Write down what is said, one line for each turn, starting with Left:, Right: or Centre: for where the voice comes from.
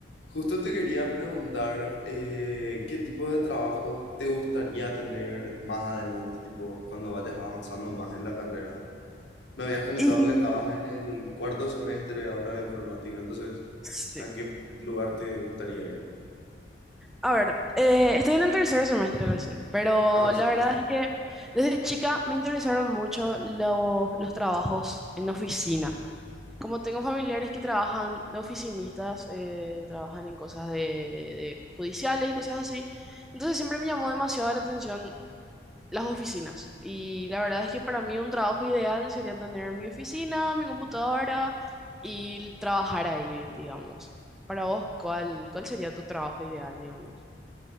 Left: Justo te quería preguntar eh, qué tipo de trabajo te gustaría tener más adelante, tipo cuando vayas avanzando más en la carrera. Me habías comentado
Centre: Y
Left: que estabas en el cuarto semestre ahora de informática, entonces,
Centre: sí,
Left: ¿a qué lugar te gustaría ir?
Centre: a ver, eh, estoy en el tercer semestre recién, pero
Left: Ah, cierto.
Centre: la verdad es que desde chica me interesaron mucho los, los trabajos en oficina. Como tengo familiares que trabajan de oficinistas, eh, trabajan en cosas de, de judiciales y cosas así, entonces siempre me llamó demasiado la atención las oficinas. Y la verdad es que para mí un trabajo ideal sería tener mi oficina, mi computadora y trabajar ahí, digamos. Para vos, ¿cuál, cuál sería tu trabajo ideal, digamos?